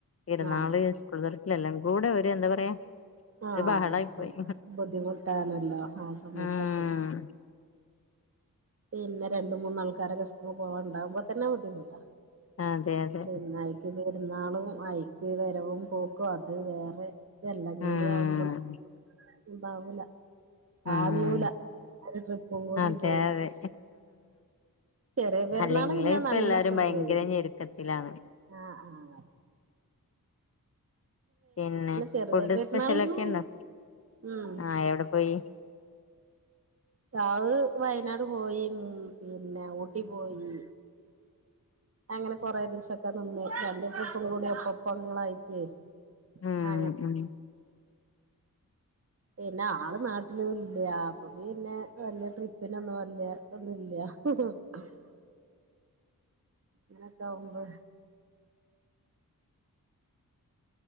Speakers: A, on the left; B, on the right.
A: പെരുന്നാൾ
B: ആഹ്
A: സ്കൂൾ തോരക്കൽ എല്ലാം കൂടെ ഒരു എന്താ പറയാ
B: ആഹ്
A: ഒരു ബഹളായി
B: പിന്നെ
A: പോയി
B: ബുദ്ധിമുട്ടാണല്ലോ ആ സമയത്തൊക്കെ
A: ഉം <inaudible>
B: പിന്നെ രണ്ട മൂന്നാൾക്കാരൊക്കെ സ്കൂളിൽ പോവാൻണ്ടാവുമ്പോ തന്നെ ബുദ്ധിമുട്ടാ.
A: അതെ അതെ
B: പിന്നെ അയിക്ക് പെരുന്നാളും അഐക്ക് വരവും പോക്കും അത് വേറെ എല്ലാം
A: ഉം
B: കൂടി ആവുമ്പോള് ബാവൂല താങ്ങൂല.
A: ഉം
B: ഒരു ട്രിപ്പ്പും കൂടി
A: അതെ
B: പോകും.
A: അതെ
B: ചെറിയ പെരുന്നാള്
A: അല്ലെങ്കില്
B: പിന്നെ
A: ഇപ്പൊ
B: നല്ല
A: എല്ലാരും
B: സുഖയില
A: ഭയങ്കര ഞെരുക്കത്തിലാണ്
B: ആ ആഹ്
A: പിന്നെ
B: ചെറിയ
A: ഫുഡ്
B: പെരുന്നാളിന്
A: സ്പെഷ്യലൊക്കെ ഉണ്ടോ?
B: ഉം
A: ആഹ് എവിടെ പോയി?
B: താവ് വയനാട് പോയി. പിന്നെ ഊട്ടി പോയി. അങ്ങനെ കൊറെ ദിവസൊക്കെ നിന്ന് രണ്ട് ട്രിപ്പും കൂടി ഒപ്പപ്പങ്ങളായിക്കേ
A: ഉം
B: ആ അങ്ങന
A: ഉം
B: പിന്നെ ആള് നാട്ടില് ഇല്ല അപ്പൊ പിന്നെ വല്യ ട്രിപ്പിനൊന്നും വല്യ ഒന്നുംല്ല. ഉ ഉ <unintelligible>
A: <inaudible>
B: ഇങ്ങനെ ഒക്കെ ആകുമ്പോ